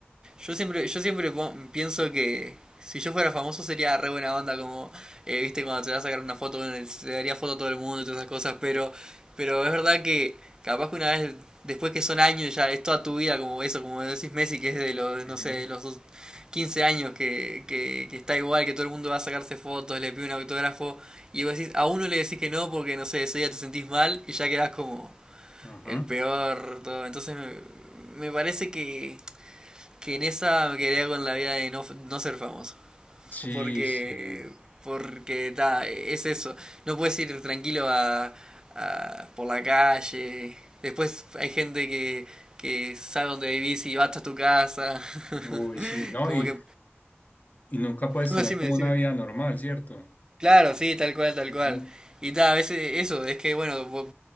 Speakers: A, on the right; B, on the left.
A: Yo siempre, yo siempre pon- pienso que si yo fuera famoso sería re buena onda, como, eh, viste, cuando te vas a sacar una foto, bueno, le daría foto a todo el mundo y todas esas cosas, pero, pero es verdad que capaz que una vez, después que son años, ya es toda tu vida como eso, como decís Messi, que es de los,
B: Ujú,
A: no sé, de los dos- 15 años, que, que, que está igual, que todo el mundo va a sacarse fotos, le pide un autógrafo, y vos decís, a uno le decís que no porque, no sé, ese día te sentís mal y ya quedás como
B: Ajá.
A: el peor, todo. Entonces me, me parece que que en esa me quedaría con la vida de no, no ser famoso.
B: Sí,
A: <laughs> Porque,
B: sí.
A: porque ta, es eso. No puedes ir tranquilo a, a- por la calle. Después hay gente que, que sabe dónde vivís y va hasta tu casa.
B: Uy, sí,
A: <laughs>
B: no,
A: Como
B: y,
A: que...
B: y nunca puedes
A: No,
B: tener
A: decime,
B: como
A: decime.
B: una vida normal, ¿cierto?
A: Claro, sí, tal cual, tal
B: Ujú.
A: cual. Y ta, a veces eso, es que bueno, vos